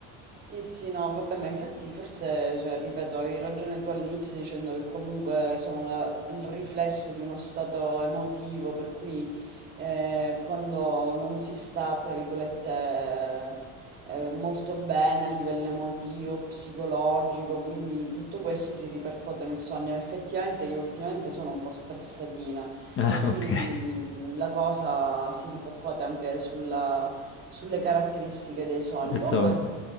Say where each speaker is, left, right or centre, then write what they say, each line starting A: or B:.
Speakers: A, on the right; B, on the left.
A: Sì, sì, no, vabbè, ma infatti forse, cioè, ripeto, avevi ragione tu all'inizio dicendo che comunque sono la- il riflesso di uno stato emotivo, per cui eh, quando non si sta, tra virgolette, eh, eh, molto bene a livello emotivo, psicologico, quindi tutto questo si ripercuote nel sogno. Effettivamente io ultimamente sono un po' stressatina
B: Ah,
A: e quindi
B: ok,
A: la cosa si ripercuote anche sulla sulle caratteristiche dei sogni.
B: del
A: Comunque,
B: sogno.